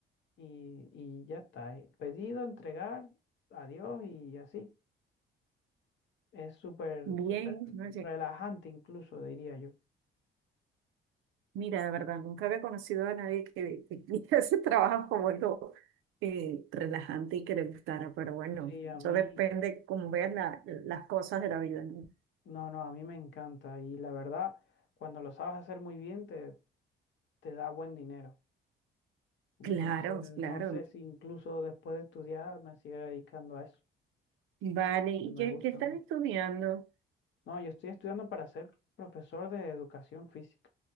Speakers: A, on the left; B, on the right.
A: y, y ya está. eh, Pedido, entregar, adiós y así. Es súper,
B: bien,
A: súper
B: ¿no?
A: relajante incluso, diría yo.
B: Mira, de verdad, nunca había conocido a nadie que, que <laughs> hiciera ese trabajo como algo eh, relajante y que le gustara, pero bueno,
A: Sí, a
B: eso
A: mí,
B: depende cómo veas la- las cosas de la vida, ¿no?
A: no, no, a mí me encanta y la verdad, cuando lo sabes hacer muy bien, te, te da buen dinero. Entonces,
B: Claro,
A: no
B: claro.
A: sé si incluso después de estudiar me sigue dedicando a eso,
B: Vale, ¿y
A: que me
B: qué,
A: gusta
B: qué estás
A: mucho.
B: estudiando?
A: No, yo estoy estudiando para ser profesor de educación física,